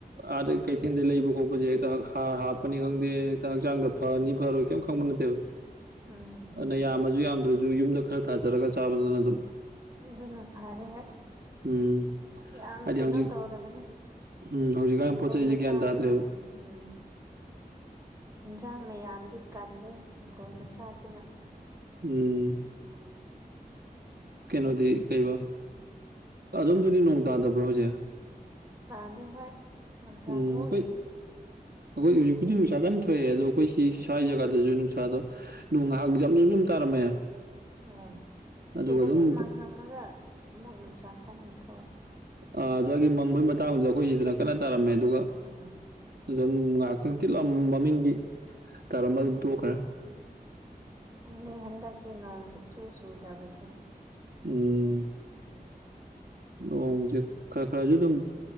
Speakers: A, on the right; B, on the right.
A: ꯑꯥꯗꯩ ꯀꯩꯊꯦꯜꯗꯩ ꯂꯩꯕ ꯒꯨꯝꯕꯖꯦ ꯍꯦꯛꯇ ꯍꯥ ꯍꯥ ꯄꯨꯅꯤꯡꯉꯥꯛꯇꯦ ꯍꯦꯛꯇ ꯍꯛꯆꯥꯡꯗ ꯐꯅꯤ ꯐꯔꯣꯏ ꯀꯩꯝ ꯈꯪꯕ ꯅꯠꯇꯦꯕ
B: ꯎꯝ
A: ꯑꯗꯨꯅ ꯌꯥꯝꯃꯁꯨ ꯌꯥꯝꯗ꯭ꯔꯥꯁꯨ ꯌꯨꯝꯗ ꯈꯔ ꯊꯥꯖꯔꯒ ꯆꯥꯕꯗꯨꯅ ꯑꯗꯨꯝ
B: ꯑꯗꯨꯅ ꯐꯔꯦ ꯍꯣꯏ
A: ꯎꯝ
B: ꯌꯥꯝ
A: ꯍꯥꯏꯗꯤ
B: ꯀꯩꯅꯣ
A: ꯍꯧꯖꯤꯛ
B: ꯇꯧꯔꯕꯅꯦ
A: ꯎꯝ ꯍꯧꯖꯤꯛꯀꯥꯟ
B: ꯏꯪꯈꯣꯜ
A: ꯄꯣꯠ ꯆꯩꯁꯦ
B: ꯃꯆꯥꯁꯤꯅ
A: ꯒ꯭ꯌꯥꯟ ꯇꯥꯗ꯭ꯔꯦꯕ
B: ꯎꯝ ꯏꯟꯖꯥꯡ ꯃꯌꯥꯝꯗꯤ ꯀꯜꯂꯤ ꯍꯤꯡꯒꯣꯜ ꯃꯆꯥꯁꯤꯅ
A: ꯎꯝ꯫ ꯀꯩꯅꯣꯗꯤ ꯀꯩꯕ ꯑꯗꯣꯝꯗꯨꯗꯤ ꯅꯣꯡ ꯇꯥꯗꯕ꯭ꯔꯣ ꯍꯧꯖꯤꯛ
B: ꯇꯥꯗꯦ ꯍꯣꯏ ꯅꯨꯡꯁꯥ
A: ꯎꯝ
B: ꯊꯣꯛꯏ
A: ꯑꯩꯈꯣꯏ ꯑꯩꯈꯣꯏ ꯍꯧꯖꯤꯛꯄꯨꯗꯤ ꯅꯨꯡꯁꯥ ꯀꯟꯅ ꯊꯣꯛꯑꯦ ꯑꯗꯣ ꯑꯩꯈꯣꯏ ꯁꯤ ꯁ꯭ꯋꯥꯏ ꯖꯒꯥꯗꯁꯨ ꯅꯨꯡꯁꯥꯗꯣ ꯅꯣꯡ ꯉꯥꯏꯍꯥꯛ ꯖꯝ ꯖꯝ ꯖꯝ ꯇꯥꯔꯝꯃꯦ
B: ꯑꯣ
A: ꯑꯗꯨꯒ
B: ꯁꯤꯗꯗꯤ
A: ꯑꯗꯨꯝ
B: ꯃꯪꯉꯝꯃꯒ ꯑꯃꯨꯛ ꯅꯨꯡꯁꯥ ꯀꯟꯅ ꯊꫭꯛꯑꯦ
A: ꯑ ꯑꯗꯨꯋꯥꯏꯒꯤ ꯃꯪꯕꯩ ꯃꯇꯥꯡꯗꯨꯗ ꯑꯩꯈꯣꯏ ꯁꯤꯗꯅ ꯀꯟꯅ ꯇꯥꯔꯝꯃꯦ ꯑꯗꯨꯒ
B: ꯑꫭ
A: ꯑꯗꯨꯝ ꯉꯥꯍꯥꯛꯇꯪ ꯇꯤꯠ ꯂꯥꯎꯅ ꯃꯃꯤꯡꯒꯤ ꯇꯥꯔꯝꯕ ꯑꯗꯨꯝ ꯇꯣꯛꯈ꯭ꯔꯦ
B: ꯈꯪꯗꯦ ꯍꯟꯗꯛꯁꯦ ꯅꯣꯡ ꯁꯨꯡꯆꯨ ꯆꯨꯗꯕꯁꯦ
A: ꯎꯝ꯫ ꯅꯣꯡꯖꯦ ꯈꯔ ꯈꯔꯁꯨ ꯑꯗꯨꯝ